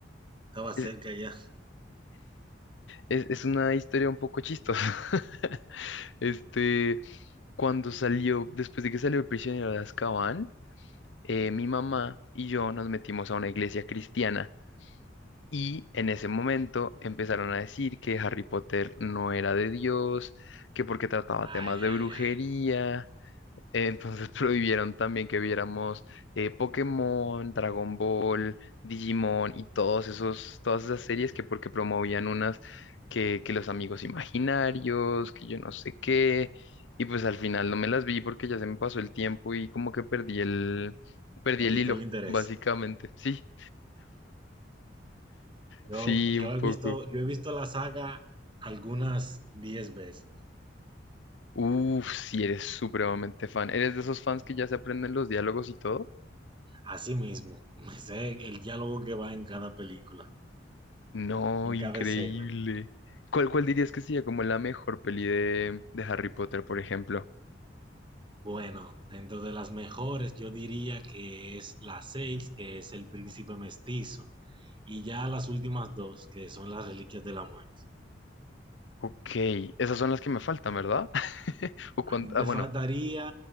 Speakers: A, on the right; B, on the left.
A: Estaba cerca
B: Es,
A: ya.
B: es, es una historia un poco chistosa. <laughs> Este, cuando salió, después de que salió el prisionero de Azkaban, eh, mi mamá y yo nos metimos a una iglesia cristiana. Y en ese momento empezaron a decir que Harry Potter no era de Dios, que porque trataba temas
A: Ay,
B: de
A: ay,
B: brujería,
A: ay.
B: Entonces <laughs> prohibieron también que viéramos eh, Pokémon, Dragon Ball, Digimon y todos esos, todas esas series que porque promovían unas que, que los amigos imaginarios, que yo no sé qué, y pues al final no me las vi porque ya se me pasó el tiempo y como que perdí el, perdí
A: Perdiste
B: el hilo,
A: el interés.
B: básicamente. Sí,
A: Yo,
B: sí, un
A: yo he
B: poco.
A: visto, yo he visto la saga algunas 10 veces.
B: Uf, si eres supremamente fan. ¿Eres de esos fans que ya se aprenden los diálogos y todo?
A: Así mismo, <laughs> me sé el diálogo que va en cada película,
B: No,
A: en
B: increíble.
A: cada escena.
B: ¿Cuál, cuál dirías que sería como la mejor peli de, de Harry Potter, por ejemplo?
A: Bueno, dentro de las mejores, yo diría que es la 6, que es el príncipe mestizo, y ya las últimas dos, que son las reliquias de la muerte.
B: Ok, esas son las que me faltan, ¿verdad? <laughs> O cuan-
A: A ti
B: ah,
A: te
B: bueno,
A: faltaría,